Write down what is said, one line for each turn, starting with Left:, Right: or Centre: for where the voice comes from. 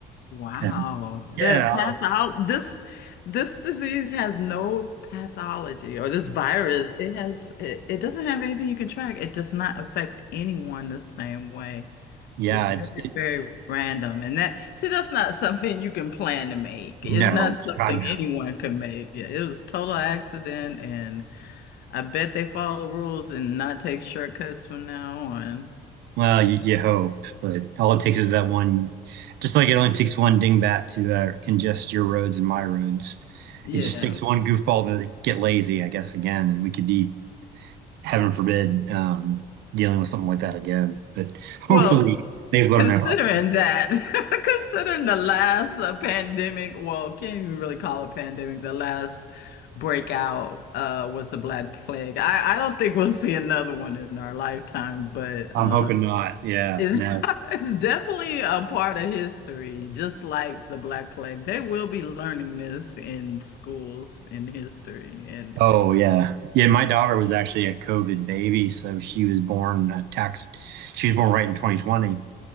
Left: Wow.
Right: And
Left: The
Right: yeah,
Left: pathol this this disease has no pathology or this virus. It has it, it doesn't have anything you can track. It does not affect anyone the same way.
Right: yeah,
Left: It's very,
Right: it's it,
Left: very random. And that see, that's not <laughs> something you can plan to make.
Right: no,
Left: It's not something
Right: God no.
Left: anyone can make. Yeah, it was total accident and I bet they follow the rules and not take shortcuts from now on.
Right: Well, you, you hope, but all it takes is that one. Just like it only takes one dingbat to uh, congest your roads and my roads,
Left: Yeah.
Right: it just takes one goofball to get lazy, I guess, again, and we could be, heaven forbid, um, dealing with something like that again. But hopefully,
Left: Well,
Right: they've learned
Left: Considering
Right: their lessons.
Left: that, <laughs> considering the last uh, pandemic, well, can't even really call it pandemic. The last breakout uh was the Black Plague. I, I don't think we'll see another one in our lifetime, but
Right: I'm
Left: uh
Right: hoping not. Yeah,
Left: it's,
Right: no.
Left: <laughs> it's definitely a part of history, just like the Black Plague. They will be learning this in schools in history and
Right: Oh, yeah. Yeah, my daughter was actually a COVID baby, so she was born a tax. She was born right in 2020.